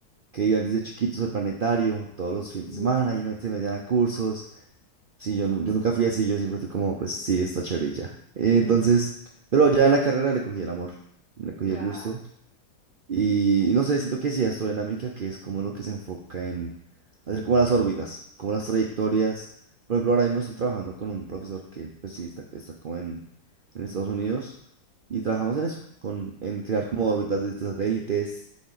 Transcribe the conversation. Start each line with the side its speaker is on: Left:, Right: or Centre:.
Right: que iban desde chiquitos al planetario, todos los fines
Left: Ujú,
Right: de semana y me- se metían a cursos. Sí, yo, nu- yo nunca fui así, yo siempre fui como, pues sí, está chévere y ya. Eh, Entonces,
Left: ujú.
Right: pero ya en la carrera le cogí el amor, le cogí
Left: Claro,
Right: el gusto. Y no sé, siento que sí, astrodinámica, que es como lo que se enfoca en hacer como las órbitas, como las trayectorias. Por ejemplo, ahora mismo estoy trabajando con un profesor que pues sí está, está como en, en Estados Unidos y trabajamos en eso, con, en crear como órbitas de satélites,